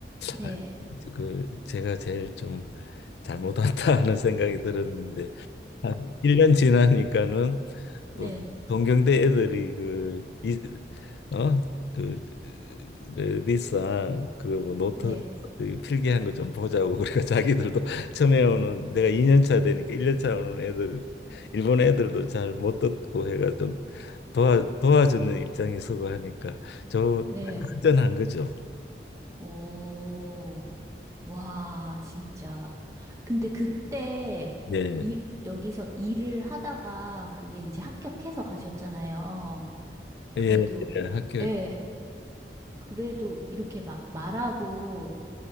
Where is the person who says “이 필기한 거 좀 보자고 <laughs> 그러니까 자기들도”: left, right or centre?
Left